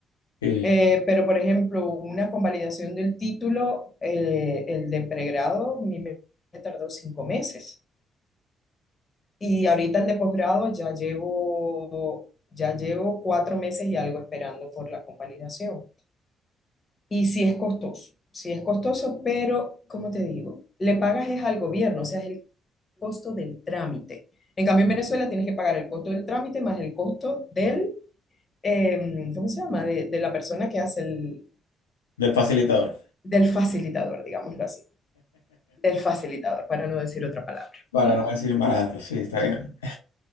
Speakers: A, on the left; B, on the left.
A: Sí,
B: Eh, pero, por ejemplo, una convalidación del título, eh, el de pregrado, a mí me tardó cinco meses. Y ahorita el de posgrado ya llevo, ya llevo cuatro meses y algo esperando por la convalidación. Y sí es costoso, sí es costoso, pero, como te digo, le pagas es al gobierno, o sea, es el costo del trámite. En cambio, en Venezuela tienes que pagar el costo del trámite más el costo del, em, ¿cómo se llama? De, de la persona que hace el,
A: del facilitador,
B: del facilitador, digámoslo así. del facilitador, para no decir otra palabra.
A: para
B: <laughs>
A: no decir malandro, sí, está bien.